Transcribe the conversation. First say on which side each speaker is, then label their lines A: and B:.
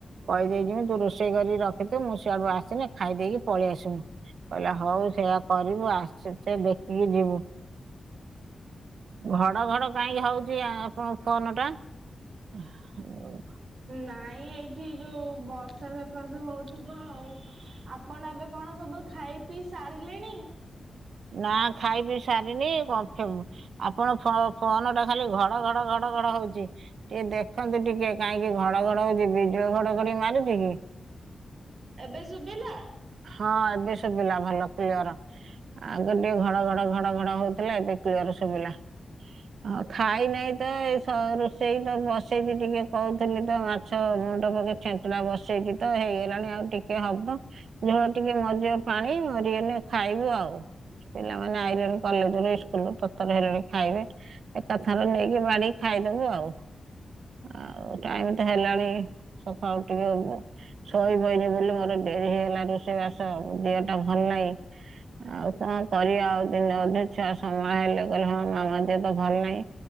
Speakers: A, on the right; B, on the right.
A: କହିଦେଇ ଯିମି ତୁ ରୋଷ ରୋଷେଇ କରିକି ରଖିଥିବୁ ମୁଁ ସିଆଡୁ ଆସିଲେ ଖାଇ ଦେଇକି ପଳେଇ ଆସିମୁ। କହିଲା ହଉ ସେଇଆ କରିବୁ ଆସଛୁ ଦେଖିକି ଯିବୁ। ଘଡ ଘଡ କାହିଁକି ହଉଚି ଆପଣଙ୍କ ଫୋନ୍ ଟା। <inaudible>
B: ନାଇଁ ଏଇଠି ଯେଉଁ ବର୍ଷା ସକାସେ ହଉଥିବ ଆଉ ଆପଣ ଏବେ କଣ ସବୁ ଖାଇ ପିଇ ସାରିଲେଣି।
A: ନା ଖାଇ ପି ସାରିନି କଥା। ଆପଣଙ୍କ ଫୋନ୍ ଟା ଖାଲି ଘଡ -ଘଡ- ଘଡ- ଘଡ ହଉଚି। ଟିକେ ଦେଖନ୍ତୁ ଟିକେ କାହିଁକି ଘଡ ଘଡ ହଉଚି ବିଜୁଳି ଘଡଘଡି ମାରୁଚି କି?
B: ଏବେ ଶୁବିଲା?
A: ହଁ ଏବେ ଶୁବିଲା ଭଲ କ୍ଲିଅର। ଆଗ ଟିକେ ଘଡ- ଘଡ- ଘଡ -ଘଡ ହଉଥିଲା ଏବେ କ୍ଲିଅର ଶୁବିଲା। ହଁ ଖାଇ ନାଇଁ ତ ଏଇ ରୋଷେଇ ତ ବସେଇଚି ଟିକେ କରୁଥିଲି ତ ମା ଛ ମୁଣ୍ଡ ପକେଇ ଛେଞ୍ଚଡା ବସେଇଚି ତ ହେଇଗଲାଣି ଆଉ ଟିକେ ହବ। ଝୋଳ ଟିକେ ମରିଯାଉ ପାଣି ମରିଗଲେ ଖାଇବୁ ଆଉ। ପିଲାମାନେ ଆଇଲେଣି କଲେଜ ରୁ ଇସ୍କୁଲ ରୁ ତର୍ତର ହେଲେଣି ଖାଇବେ। ଏକାଥରେ ନେଇକି ବାଢିକି ଖାଇଦବୁ ଆଉ। ଆଉ ଟାଇମି ତ ହେଲାଣି ସକାଳୁ ଟିକେ ଶୋଇ ପଇଲି ବୋଲି ମୋର ଡେରି ହେଇଗଲା ରୋଷେଇବାସ ଦେହ ଟା ଭଲ୍ ନାହିଁ ଆଉ କଣ କରିବା ଆଉ ଦିନେ ଅଧେ ଛୁଆ ସମାଳିଲେ କହିଲେ ହଁ ମାମା ଦେହ ତ ଭଲ ନାହିଁ।